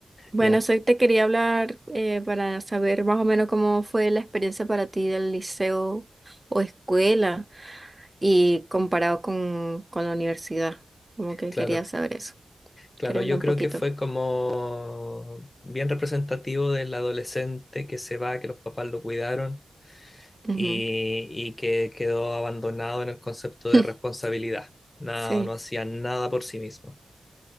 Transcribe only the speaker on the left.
ya,
claro.
Claro,
yo
creo
que fue como bien representativo del adolescente que se va, que los papás lo cuidaron
y, y que quedó abandonado en el concepto
de responsabilidad. No,
no hacía nada por sí mismo,